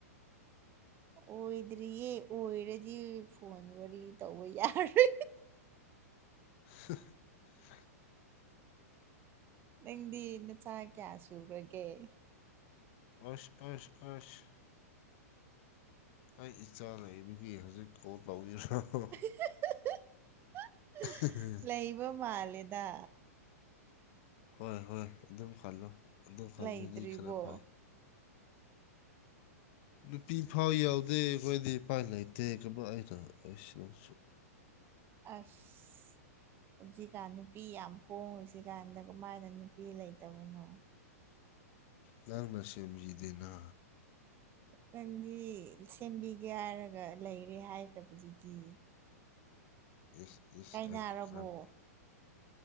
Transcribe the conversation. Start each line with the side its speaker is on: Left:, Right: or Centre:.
Right: ꯑꯣꯏꯗ꯭ꯔꯤꯌꯦ ꯑꯣꯏꯔꯗꯤ ꯐꯣꯟ ꯋꯥꯔꯤ ꯇꯧꯕ ꯌꯥꯔꯦ
Left: <unintelligible>
Right: ꯅꯪꯗꯤ ꯅꯆꯥ ꯀꯌꯥ ꯁꯨꯈꯒꯦ
Left: ꯑꯁ ꯑꯁ ꯑꯣꯏꯁ ꯑꯩ ꯏꯆꯥ ꯂꯩꯕꯒꯤ ꯍꯧꯖꯤꯛ ꯀꯣꯜ ꯇꯧꯕꯕ꯭ꯔꯣ
Right: <unintelligible>
Left: ꯎꯝ
Right: ꯩꯕ ꯃꯥꯂꯦꯗꯥ
Left: ꯍꯣꯏ ꯍꯣꯏ ꯑꯗꯨꯝ ꯈꯜꯂꯣ ꯑꯗꯨꯝ ꯈꯜꯕꯗꯤ
Right: ꯂꯩꯇ꯭ꯔꯤꯕꯣ
Left: ꯈꯔ ꯐꯥꯏ ꯅꯨꯄꯤ ꯐꯥꯎ ꯌꯥꯎꯗꯦ ꯑꯩꯈꯣꯏꯗꯤ ꯏꯄꯥꯏ ꯂꯩꯇꯦ ꯀꯃꯥꯏ ꯍꯥꯏꯅ ꯑꯩꯁꯤꯅ ꯑꯃꯛꯁꯨ
Right: ꯑꯐ ꯄꯨꯟꯁꯤ ꯀꯥꯟ ꯅꯨꯄꯤ ꯌꯥꯝ ꯍꯣꯡꯉꯤꯁꯤ ꯀꯥꯟꯗ ꯀꯃꯥꯏꯅ ꯅꯨꯄꯤ ꯂꯩꯇꯕꯅꯣ
Left: ꯅꯪꯅ ꯁꯦꯝꯕꯤꯗꯦꯅ
Right: ꯅꯪꯗꯤ ꯁꯦꯝꯕꯤꯒꯦ ꯍꯥꯏꯔꯒ ꯂꯩꯔꯦ ꯍꯥꯏꯈ꯭ꯔꯕꯗꯨꯗꯤ꯫
Left: ꯏꯁ ꯏꯁ
Right: ꯀꯥꯏꯅꯔꯕꯣ
Left: ꯑꯩꯗꯤ ꯀꯔꯝ